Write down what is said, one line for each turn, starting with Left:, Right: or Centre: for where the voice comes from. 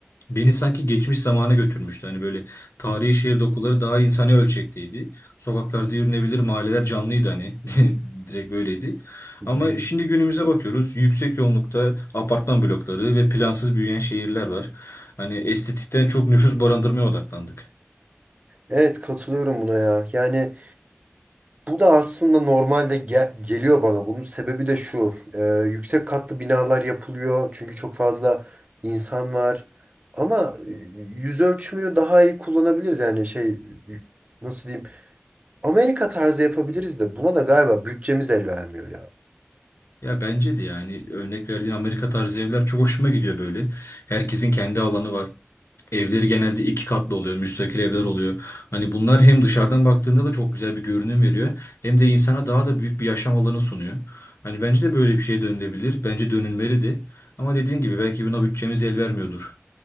Left: Beni sanki geçmiş zamana götürmüştü. Hani böyle tarihi şehir dokuları daha insani ölçekteydi. Sokaklarda yürünebilir, mahalleler canlıydı hani. <laughs> Direkt böyleydi.
Right: Hı hı.
Left: Ama şimdi günümüze bakıyoruz. Yüksek yoğunlukta apartman blokları ve plansız büyüyen şehirler var. Hani estetikten çok nüfus barındırmaya odaklandık.
Right: Evet katılıyorum buna ya. Yani Bu da aslında normalde gel- geliyor bana. Bunun sebebi de şu. Ee, yüksek katlı binalar yapılıyor. Çünkü çok fazla insan var. Ama e, yüz ölçümünü daha iyi kullanabiliriz. Yani şey y- nasıl diyeyim? Amerika tarzı yapabiliriz de buna da galiba bütçemiz el vermiyor ya.
Left: Ya bence de yani örnek verdiğin Amerika tarzı evler çok hoşuma gidiyor böyle. Herkesin kendi alanı var. Evleri genelde iki katlı oluyor, müstakil evler oluyor. Hani bunlar hem dışarıdan baktığında da çok güzel bir görünüm veriyor, hem de insana daha da büyük bir yaşam alanı sunuyor. Hani bence de böyle bir şey dönülebilir. Bence dönülmeli de. Ama dediğin gibi belki buna bütçemiz el vermiyordur.